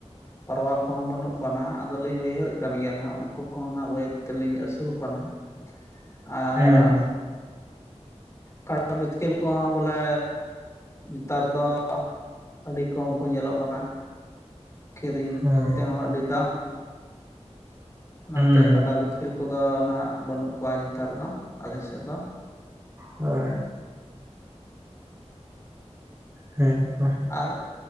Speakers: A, on the left; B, on the right.
A: ᱯᱟᱨᱣᱟ ᱠᱚᱦᱚᱸ ᱵᱟᱹᱱᱩᱜ ᱠᱚᱣᱟ ᱱᱟᱜ ᱟᱫᱚᱞᱤᱧ ᱩᱭᱦᱟᱹᱨᱮᱫ ᱠᱟᱱ ᱜᱮᱭᱟ ᱦᱟᱸᱜ ᱩᱱᱠᱩ ᱠᱚᱦᱱᱟᱜ ᱵᱟᱹᱭ ᱛᱮᱞᱤᱧ ᱟᱹᱥᱩᱞ ᱠᱚᱣᱟ ᱱᱟᱸᱜ ᱟᱨ
B: ᱦᱩᱸ
A: ᱠᱟᱰᱟ ᱵᱤᱛᱠᱮᱞ ᱠᱚ ᱦᱚᱸ ᱵᱚᱞᱮ ᱱᱮᱛᱟᱨ ᱫᱚ ᱟᱹᱰᱤ ᱠᱚᱢ ᱠᱚ ᱧᱮᱞᱚᱜ ᱠᱟᱱᱟ ᱠᱤᱨᱤᱧ
B: ᱦᱩᱸ
A: ᱛᱮᱦᱚᱸ ᱟᱹᱰᱤ ᱫᱟᱢ ᱚᱱᱟᱛᱮ
B: ᱦᱩᱸ
A: ᱠᱟᱰᱟ ᱵᱤᱛᱠᱤᱞ ᱠᱚ ᱠᱚᱫᱚ ᱱᱟᱦᱟᱜ ᱵᱟᱹᱱᱩᱜ ᱠᱚᱣᱟ ᱱᱮᱛᱟᱨ ᱫᱚ ᱟᱞᱮᱥᱮᱫ ᱫᱚ
B: ᱦᱳᱭ ᱦᱮᱸᱛᱚ
A: ᱟᱨ